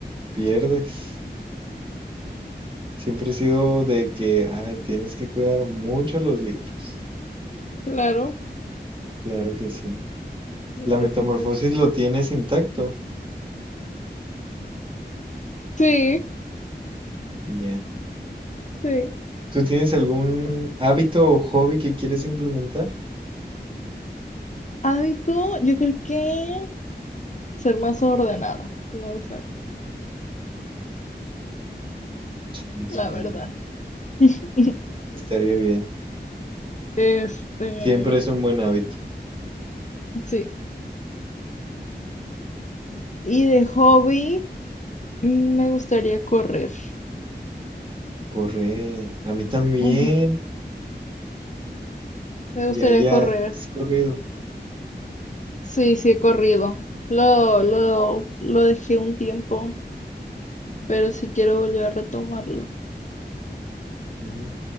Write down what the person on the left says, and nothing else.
Claro,
claro
que sí.
Sí,
sí.
Hábito, yo creo que. ser más ordenadas, me gustaría,
la
verdad. <laughs>
Este,
sí. Y de hobby, mm, me gustaría correr.
Ujú, Me
gustaría
correr.
Sí, sí he corrido. Lo, lo, lo dejé un tiempo, pero sí quiero volver a retomarlo.